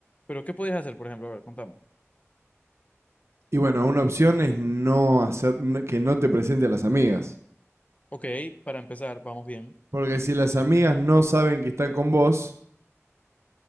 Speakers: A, on the left (about 30°); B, on the right (about 65°).
A: Pero ¿qué podías hacer, por ejemplo? A ver, contame.
B: Y bueno, una opción es no hacer n- que no te presente a las amigas.
A: Ok, para empezar, vamos bien.
B: Porque si las amigas no saben que están con vos,